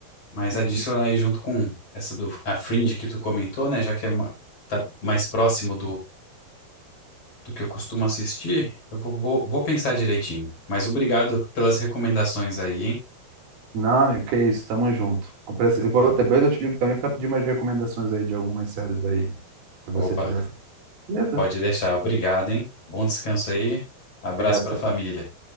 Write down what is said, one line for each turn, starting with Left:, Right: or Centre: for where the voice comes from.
Left: mas
Right: Uhum.
Left: adicionar aí junto com essa do a Fringe que tu comentou, né? Já que é ma- tá mais próximo do que eu costumo assistir, eu vou, vou, vou pensar direitinho. Mas obrigado pelas recomendações aí, hein?
Right: Não, amigo, que isso, tamo junto. Compre- Eu vou,
Left: Tá
Right: depois
Left: bom.
Right: eu te ligo também pra pedir umas recomendações aí de algumas séries aí, se você
Left: Opa,
Right: tiver. Beleza?
Left: pode deixar. Obrigado, hein? Bom descanso aí. Abraço
Right: Obrigado,
Left: pra
Right: você
Left: família.
Right: tam-